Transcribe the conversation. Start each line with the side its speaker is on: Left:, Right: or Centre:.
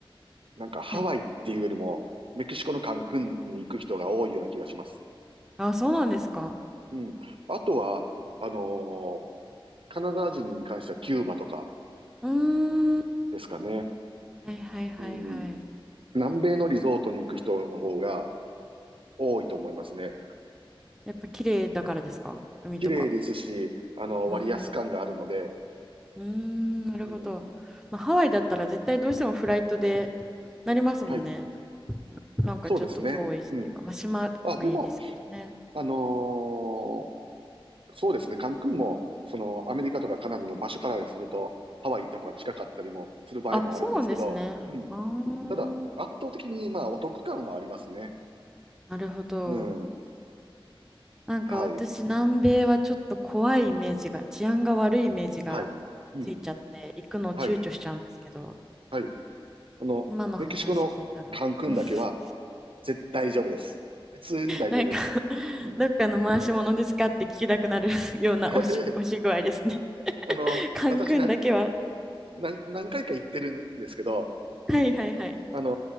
Right: なんかハワイっていうよりも、
Centre: はい。
Right: メキシコのカンクンに行く人が多いような気がします。
Centre: あ、そうなんですか。
Right: うん。あとは、あのーカナダ人に関してはキューバとか
Centre: うーん。
Right: ですかね。
Centre: はいはいはいはい。
Right: うん。南米のリゾートに行く人の方が多いと思いますね。
Centre: やっぱ綺麗だからですか海とか。
Right: 綺麗ですし、あの、
Centre: うーん。
Right: 割安感があるので、
Centre: うーん、なるほど。
Right: うん。
Centre: まあ、ハワイだったら絶対どうしてもフライトでなりますもんね。
Right: はい。
Centre: なんかちょっと遠いしっていうか、
Right: そうですね。うん。
Centre: まあ、島国ですけどね。
Right: あ、でも、あのーそうですね、カンクンも、その、アメリカとかカナダの場所からすると、ハワイ行った方が近かったりもする場合もあるんですけど、
Centre: あ、そうなんですね。
Right: うん。
Centre: あー
Right: ただ、圧倒的に、まあ、お得感はありますね。
Centre: なるほど。
Right: うん。
Centre: なんか私、
Right: はい。
Centre: 南米はちょっと怖いイメージが、治安が悪いイメージが
Right: はい。うん。
Centre: ついちゃって、行くのを躊躇しちゃうんですけど、
Right: はい。はい。あの、
Centre: 今の話聞いたら。
Right: メキシコのカンクンだけは、
Centre: <laughs>
Right: ぜ、大丈夫です。普通に大丈夫です。
Centre: なんか <laughs>
Right: うん。
Centre: どっかの回し物ですかって聞きたくなる <laughs> ような押し、
Right: <laughs>
Centre: 押し具合ですね。
Right: あの、
Centre: <laughs> カンクンだけは。
Right: 私な、何、何回か行ってるんですけど、
Centre: はいはいはい。
Right: あの